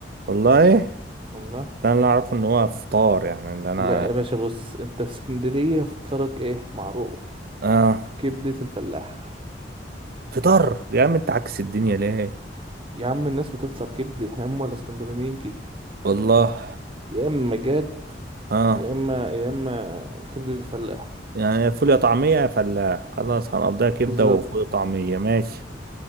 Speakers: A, on the right; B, on the right.
A: والله
B: والله
A: ده انا اعرف ان هو فطار يعني اللي انا
B: لا يا باشا بص انت في اسكندرية فطرك ايه معروف
A: اه
B: كبدة الفلاح
A: فطار يا عم انت عكس الدنيا ليه
B: يا عم الناس بتفطر كبدة هم الاسكندرانيين كده
A: والله
B: يا اما جاد
A: اه
B: يا اما يا اما كبدة الفلاح
A: يعني فول يا طعميه يا فلاح خلاص هنقضيها كبده
B: بالظبط
A: وفول وطعميه ماشي